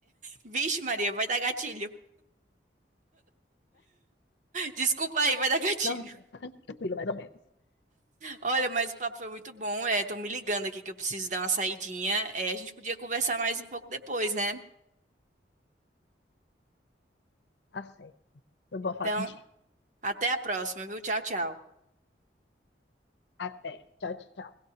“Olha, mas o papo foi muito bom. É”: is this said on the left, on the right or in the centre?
Right